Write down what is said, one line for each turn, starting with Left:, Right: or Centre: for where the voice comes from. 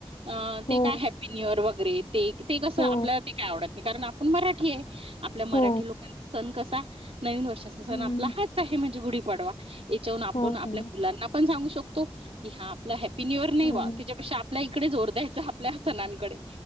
Right: अ
Left: हो,
Right: ते काय हॅपी न्यू इयर वगैरे ते ते कस
Left: हो,
Right: आपल्याला ते काय आवडत नाही. कारण आपण मराठी आहे. आपल्या मराठी
Left: हो.
Right: लोकांचा सण कसा नवीन वर्षाचा सण
Left: हं.
Right: आपला हाच आहे. म्हणजे गुढीपाडवा. याच्याहून आपण
Left: हो,
Right: आपल्या
Left: हो,
Right: मुलांना पण सांगू शकतो की हा आपला हॅपी न्यू इयर नाही
Left: हो.
Right: वा. त्याच्यापेक्षा आपल्या इकडे जोर द्यायचा. आपल्या सणांकडे.